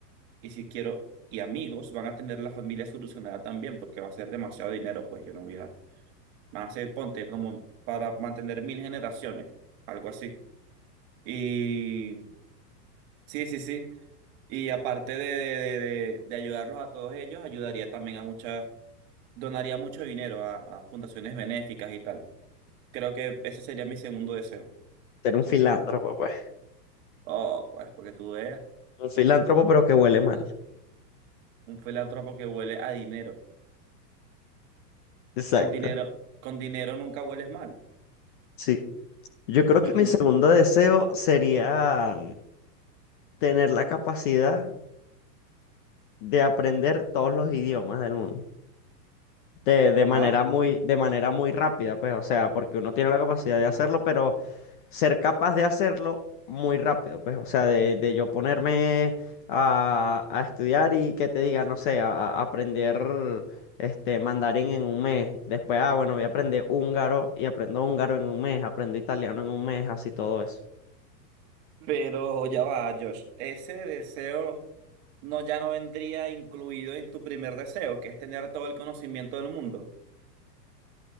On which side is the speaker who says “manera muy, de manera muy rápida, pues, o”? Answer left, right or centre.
Left